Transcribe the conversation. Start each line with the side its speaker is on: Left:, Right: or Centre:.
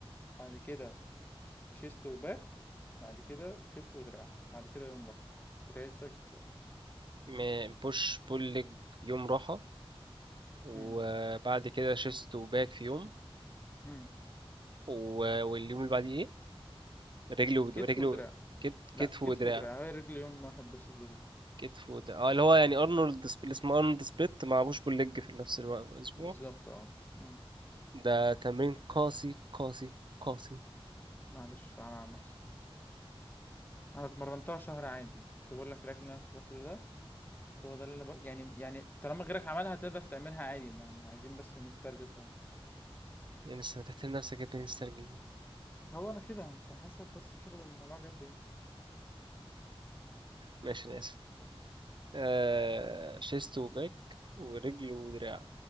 Left: بعد كده شيست وباك بعد كده كتف ودراع بعد كده يوم راحة وتعيد السايكل تاني
Right: ما- بوش بول ليج يوم راحه وبعد
Left: امم
Right: كده شيست وباك في يوم
Left: امم
Right: و- واليوم اللي بعديه ايه رجل ود-
Left: كتف
Right: رجل
Left: ودراع
Right: كت-
Left: لا
Right: كتف ودراع
Left: كتف ودراع هي الرجل يوم واحد بس في الأسبوع
Right: كتف ودراع اه اللي هو يعني ارنولد سب- اللي اسمه ارنولد سبليت مع بوش بول ليج في نفس الوقت الاسبوع
Left: بالظبط اه امم
Right: ده تمرين قاسي قاسي قاسي
Left: معلش تعالى على نفسك أنا اتمرنتها شهر عادي كنت بقول لك الأكل اللي أنا كنت باكله ده هو ده اللي انا ب... يعني يعني طالما غيرك عملها تقدر تعملها عادي ما عايزين بس نسترجل شويه
Right: يعني لسه بتحترم نفسك يا ابني مسترجل دي
Left: هو انا كده عشان حاسك بس مش واخد الموضوع جد يعني
Right: ماشي انا اسف آه شيست وباك ورجل ودراع